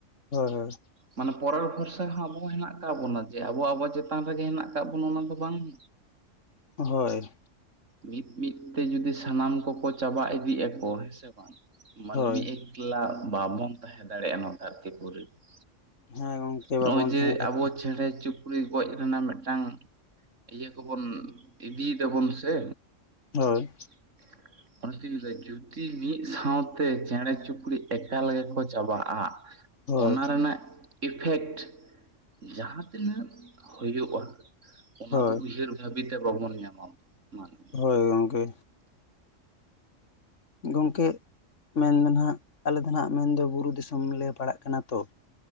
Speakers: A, on the left (about 65°); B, on the right (about 70°).
A: ᱦᱳᱭ ᱦᱳᱭ ᱾
B: ᱢᱟᱱᱮ ᱯᱚᱨᱮᱨ ᱵᱷᱚᱨᱥᱟ ᱦᱚᱸ ᱟᱵᱚ ᱦᱮᱸᱱᱟᱜ ᱟᱠᱟᱫ ᱵᱚᱱᱟ, ᱡᱮ ᱟᱵᱚ ᱟᱵᱚᱣᱟᱜ ᱪᱮᱛᱟᱱ ᱨᱮᱜᱮ ᱦᱮᱸᱱᱟᱜ ᱟᱠᱟᱫ ᱵᱚᱱᱟ ᱚᱱᱟ ᱫᱚ ᱵᱟᱝ ᱾
A: ᱦᱳᱭ ᱾
B: ᱢᱤᱫ ᱢᱤᱫ ᱛᱮ ᱡᱩᱫᱤ ᱥᱟᱱᱟᱢ ᱠᱚ ᱠᱚ ᱪᱟᱵᱟ ᱤᱫᱤᱜ ᱟᱠᱚ, ᱦᱮᱸ ᱥᱮ ᱵᱟᱝ? ᱢᱟᱹᱱᱢᱤ
A: ᱦᱳᱭ ᱦᱳᱭ
B: ᱮᱠᱞᱟ ᱵᱟᱵᱚᱱ ᱛᱟᱦᱮᱸ ᱫᱟᱲᱮᱭᱟᱜ-ᱟ ᱱᱚᱣᱟ ᱫᱷᱟᱹᱨᱛᱤ ᱯᱩᱨᱤ ᱨᱮ ᱾
A: ᱦᱮᱸ ᱜᱚᱢᱠᱮ
B: ᱱᱚᱜ-ᱚᱭ
A: ᱵᱟᱵᱚᱱ
B: ᱡᱮ
A: ᱛᱟᱦᱮᱸ ᱫᱟᱲᱮᱭᱟᱜᱼᱟ
B: ᱟᱵᱚ ᱪᱮᱸᱬᱮ ᱪᱩᱯ ᱥᱩᱠᱨᱤ ᱜᱚᱡ ᱨᱮᱱᱟᱜ ᱢᱤᱫᱴᱟᱝ ᱤᱭᱟᱹ ᱠᱚᱵᱚᱱ ᱤᱫᱤᱭ ᱫᱟᱵᱚᱱ ᱥᱮ,
A: ᱦᱳᱭ᱾
B: <inaudible> ᱚᱱᱟᱛᱤᱧ ᱞᱟᱹᱭ ᱫᱟ ᱡᱩᱫᱤ ᱢᱤᱫ ᱥᱟᱶᱛᱮ ᱪᱮᱬᱮ ᱪᱩᱯᱲᱤ ᱮᱠᱟᱞ ᱜᱮ ᱠᱚ ᱪᱟᱵᱟᱜ-ᱟ᱾
A: ᱦᱳᱭ
B: ᱚᱱᱟ ᱨᱮᱱᱟᱜ ᱤᱯᱷᱮᱠᱴ ᱡᱟᱦᱟᱸ ᱛᱤᱱᱟᱹᱜ ᱦᱩᱭᱩᱜ-ᱟ ᱾ ᱚᱱᱟ
A: ᱦᱳᱭ
B: ᱫᱚ ᱩᱭᱦᱟᱹᱨ ᱵᱷᱟᱹᱵᱤᱛᱮ ᱵᱟᱵᱚᱱ ᱧᱟᱢᱟ ᱢᱟᱱᱮ ᱾
A: ᱦᱳᱭ ᱜᱚᱝᱠᱮ᱾ ᱜᱚᱝᱠᱮ ᱢᱮᱱ ᱫᱚ ᱱᱟᱦᱟ ᱟᱞᱮ ᱫᱚ ᱱᱟᱦᱟ ᱢᱮᱱᱫᱚ ᱵᱩᱨᱩ ᱫᱤᱥᱚᱢ ᱞᱮ ᱯᱟᱲᱟᱜ ᱠᱟᱱᱟ ᱛᱚ ᱾